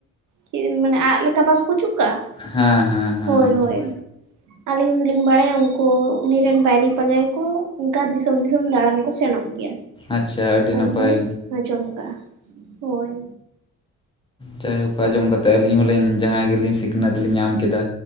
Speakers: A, on the right; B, on the left.
A: ᱪᱮᱫ ᱢᱟᱱᱮ ᱟᱸᱜ ᱞᱮ ᱵᱟᱝᱠᱚ ᱡᱩᱛ ᱠᱟᱜᱼᱟ
B: ᱦᱮᱸ ᱦᱮᱸ ᱦᱮᱸ
A: ᱦᱳᱭ
B: ᱮᱠᱫᱚᱢ
A: ᱦᱳᱭ ᱟᱹᱞᱤᱧ ᱫᱚᱞᱤᱧ ᱵᱟᱲᱟᱭᱟ ᱩᱝᱠᱩ ᱩᱱᱤ ᱨᱮᱱ ᱵᱟᱭᱨᱤ ᱯᱟᱸᱡᱟ ᱜᱮ ᱠᱚ ᱚᱱᱠᱟ ᱫᱤᱥᱚᱢ ᱫᱤᱥᱚᱢ ᱫᱟᱬᱟᱱᱼ ᱠᱚ ᱥᱮᱱᱚᱜ ᱜᱮᱭᱟ
B: ᱟᱪᱪᱷᱟ ᱟᱹᱰᱤ
A: ᱚᱱᱠᱟ
B: ᱱᱟᱯᱟᱭ
A: ᱞᱮᱧ ᱟᱸᱡᱚᱢ ᱠᱟᱜᱼᱟ ᱦᱳᱭ
B: ᱡᱟᱭᱦᱳᱠ ᱟᱸᱡᱚᱢ ᱠᱟᱛᱮᱫ ᱟᱹᱞᱤᱧ ᱦᱚᱸᱞᱤᱧ ᱡᱟᱦᱟᱸᱭ ᱜᱮᱞᱤᱧ ᱥᱤᱠᱷᱱᱟᱹᱛ ᱞᱤᱧ ᱧᱟᱢ ᱠᱮᱫᱟ